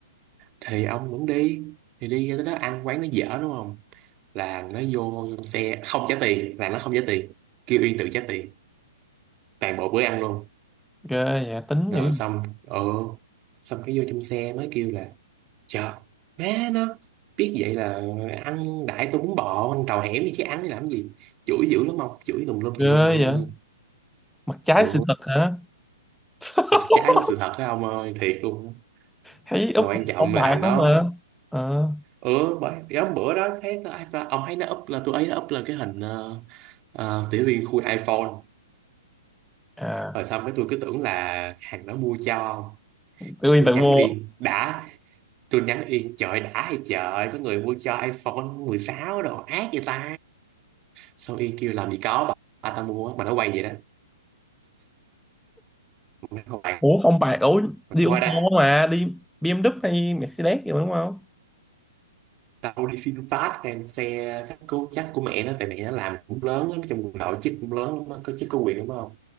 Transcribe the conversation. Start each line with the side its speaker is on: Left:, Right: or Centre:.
Right: thì ông vẫn đi thì đi ra tới đó ăn quán nó dở đúng không là nó vô trong xe không trả tiền là nó không trả tiền kêu Uyên tự trả tiền toàn bộ bữa ăn luôn
Centre: ghê vậy tính
Right: rồi
Centre: dữ
Right: xong ờ xong cái vô trong xe mới kêu là trời má nó biết vậy là ăn đại tôi muốn bò ăn trầu hẻm gì chứ ăn để làm gì chửi dữ lắm ông chửi tùm lum
Centre: ghê
Right: tùm lum tùm
Centre: vậy
Right: lum
Centre: mặt trái
Right: ừ
Centre: sự thật hả <laughs>
Right: mặt trái của sự thật đó ông ơi thiệt luôn á.
Centre: thấy úp
Right: mà quan
Centre: hình
Right: trọng
Centre: phong bạc
Right: là thằng
Centre: không
Right: đó
Centre: mà ờ
Right: ừ bởi cái hôm bữa đó thấy ta, ta, ông thấy nó up là tôi ấy nó up lên cái hình ờ, ờ, tiểu liên khui iPhone
Centre: à
Right: rồi xong cái tôi cứ tưởng là hàng đó mua cho ông.
Centre: tự
Right: cái
Centre: nhiên
Right: tôi
Centre: tự
Right: nhắn
Centre: mua
Right: Yên đã tôi nhắn Yên trời đã hay trời có người mua cho iPhone 16 đồ ác vậy ta xong Yên kêu làm gì có bà, bà ta mua mà nó quay vậy đó mày không mày
Centre: ủa phong bạc ủa
Right: không
Centre: đi ô
Right: qua đây
Centre: tô mà đi BMW hay Mercedes gì mà đúng không
Right: tao đi phim fast fan xe chắc cố chắc của mẹ nó tại mẹ nó làm cũng lớn lắm trong quần đội chức cũng lớn lắm á, có chức có quyền đúng không